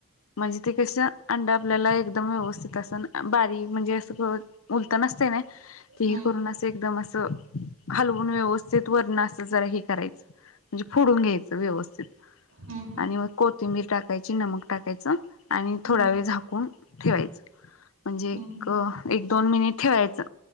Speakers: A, on the left (about 80°); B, on the right (about 75°).
A: म्हणजे ते कसं अंडा आपल्याला एकदम व्यवस्थित असं, बारीक म्हणजे असं उलतान नसते कनय ते
B: हम्म
A: हे करून असं एकदम असं हलवून व्यवस्थित वरण असं जरा हे करायचं. म्हणजे फोडून घ्यायचं व्यवस्थित.
B: हम्म
A: आणि वर कोथिंबीर टाकायची, नमक टाकायचं आणि
B: हम्म
A: थोडा वेळ झाकून ठेवायचं म्हणजे
B: हम्म
A: एक
B: हम्म
A: एक दोन मिनिट ठेवायचं